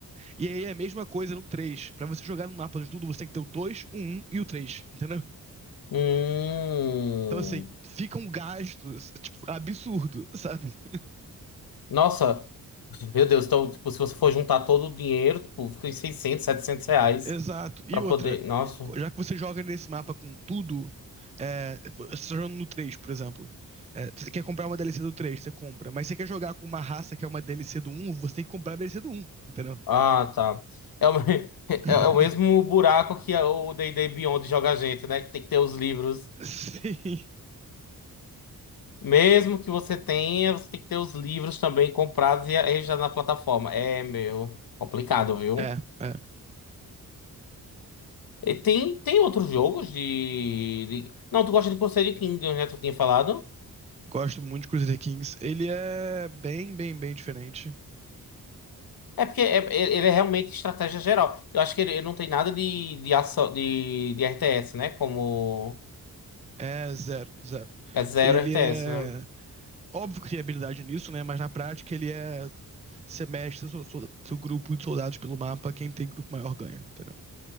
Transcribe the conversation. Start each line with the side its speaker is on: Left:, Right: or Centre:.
Right: E aí é a mesma coisa no três Pra você jogar no mapa de tudo, você tem que ter o dois o 1 e o três entendeu?
Left: Hum.
Right: Então, assim, fica um gasto, tipo, absurdo, <laughs> sabe?
Left: Nossa. Meu Deus, então, tipo, se você for juntar todo o dinheiro, tipo, fica em 600, 700 reais
Right: Exato. E
Left: pra
Right: outra,
Left: poder. Nossa.
Right: já que você joga nesse mapa com tudo, é, você tá jogando no 3, por exemplo. É, você quer comprar uma DLC do 3? você compra. Mas você quer jogar com uma raça que é uma DLC do um? você tem que comprar a DLC do um, entendeu?
Left: Ah, tá. É o, me- <laughs> é
Right: <laughs>
Left: é o mesmo buraco que o D&D Beyond joga a gente, né? Que tem que ter os livros.
Right: Sim.
Left: Mesmo que você tenha, você tem que ter os livros também comprados e registrados na plataforma. É, meu, complicado, viu?
Right: É, é.
Left: E tem, tem outros jogos de, de- Não, tu gosta de Crusader Kingdoms, né? Tu tinha falado.
Right: Gosto muito de Crusader Kings. Ele é bem, bem, bem diferente.
Left: É porque é- é- ele é realmente estratégia geral. Eu acho que ele, ele não tem nada de, de, ação, de, de RTS, né? Como...
Right: É zero, zero.
Left: É zero
Right: Ele
Left: RTS,
Right: é.
Left: né?
Right: Óbvio que tem habilidade nisso, né? Mas na prática ele é Você mexe seu, seu, solda- seu grupo de soldados pelo mapa, quem tem grupo maior ganha, entendeu?